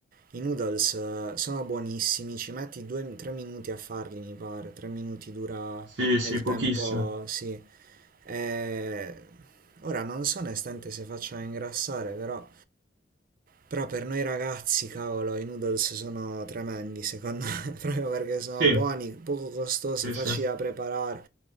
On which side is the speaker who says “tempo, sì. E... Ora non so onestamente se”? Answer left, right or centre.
Right